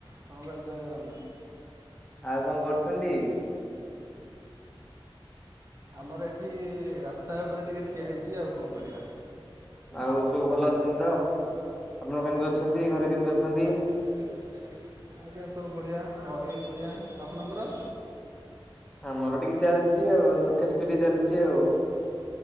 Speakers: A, on the right; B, in the centre.
A: ହଁ ଭାଇ ଜୟ ଜଗନ୍ନାଥ।
B: ଆଉ କଣ କରୁଛନ୍ତି?
A: ଆମର ଏଠି ରାସ୍ତା ଉପରେ ଟିକେ ଠିଆ ହେଇଛି। ଆଉ କଣ କରିବା,
B: ଆଉ ସବୁ ଭଲ ଅଛନ୍ତି ତ ଆପଣ କେମିତି ଅଛନ୍ତି ଘରେ କେମିତି ଅଛନ୍ତି।
A: ଆଜ୍ଞା ସବୁ ବଢିଆ ଘରେ ବି ବଢିଆ ଆପଣଙ୍କର।
B: ଆମର ଟିକେ ଚାଲିଛି ଆଉ ଦୁଃଖେ ସୁଖେ ଟିକେ ଚାଲିଛି ଆଉ।